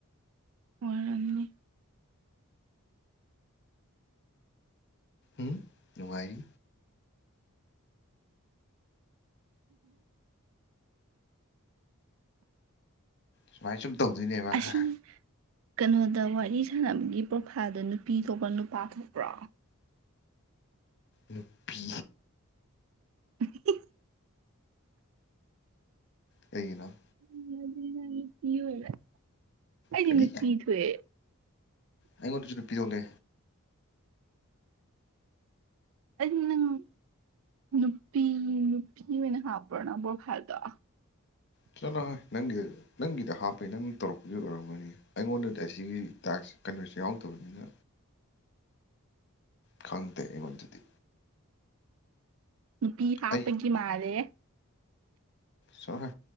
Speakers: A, on the right (about 65°); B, on the left (about 50°).
A: ꯑꯣꯏꯔꯝꯅꯤ꯫
B: ꯎꯝ ꯅꯨꯡꯉꯥꯏꯔꯤ꯫ ꯁꯨꯃꯥꯏꯁꯨꯝ꯫ ꯇꯧꯗꯣꯏꯅꯦꯕ
A: ꯑꯁꯤ
B: ꯍꯥ꯫
A: ꯀꯩꯅꯣꯗ ꯋꯥꯔꯤ ꯁꯥꯟꯅꯕꯒꯤ ꯄ꯭ꯔꯣꯐꯥꯏꯜꯗꯣ ꯅꯨꯄꯤ ꯊꯣꯛꯄ꯭ꯔ ꯅꯨꯄꯥ ꯊꯣꯛꯄ꯭ꯔꯣ꯫
B: ꯅꯨꯄꯤ꯫
A: <inaudible>
B: ꯀꯩꯒꯤꯅꯣ꯫
A: <unintelligible> ꯑꯗꯨꯗꯤ ꯅꯪ ꯅꯨꯄꯤ ꯑꯣꯏꯔꯦ꯫ ꯑꯩꯗꯤ
B: ꯀꯔꯤ
A: ꯅꯨꯄꯤ ꯊꯣꯛꯑꯦ꯫
B: ꯑꯩꯉꯣꯟꯗꯁꯨ ꯅꯨꯄꯤ ꯑꯣꯜꯂꯦ꯫
A: ꯑꯗꯨꯗꯤ ꯅꯪ ꯅꯨꯄꯤ ꯅꯨꯄꯤ ꯑꯣꯏꯅ ꯍꯥꯞꯄ꯭ꯔꯣ ꯅꯪ ꯄ꯭ꯔꯣꯐꯥꯏꯜꯗꯣ꯫
B: ꯆꯠꯂꯣ ꯍꯣꯏ ꯅꯪꯒꯤꯗ ꯅꯪꯒꯤꯗ ꯍꯥꯞꯄꯩ ꯅꯪ ꯇꯧꯔꯛꯄꯒꯤ ꯑꯣꯏꯔꯝꯒꯅꯤ ꯑꯩꯉꯣꯟꯗꯗꯤ ꯑꯁꯤꯒꯤ ꯇꯥꯛꯁ ꯀꯩꯅꯣꯁꯦ ꯌꯥꯎꯗꯕꯅꯤꯅ꯫ ꯈꯪ ꯇꯦꯃꯗꯨꯗꯤ
A: ꯅꯨꯄꯤ ꯍꯥꯞꯄꯒꯤ
B: ꯑꯩ
A: ꯃꯥꯜꯂꯦꯍꯦ꯫
B: ꯆꯣꯍꯦ